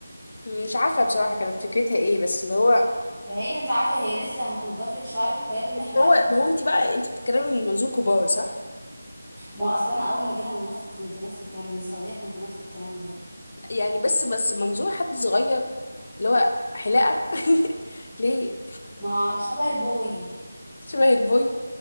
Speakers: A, on the left (about 40°); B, in the centre.
A: مش عارفه بصراحه كانت فكرتها ايه بس اللي هو
B: فهي انت عارفه هي لسه هتنضف لك شعرك فيلا نحلق
A: هو
B: اسهل
A: ما هو انت بقى انت بتتكلمي من منظور كبار صح
B: ما اصلا انا اول ما جينا من مصر كنت نفس الكلام من السعوديه كنت نفس الكلام ده
A: يعني بس بس منظور حد صغير اللي هو حلاقة <laughs> ليه
B: ما شبه البوي
A: شبه البوي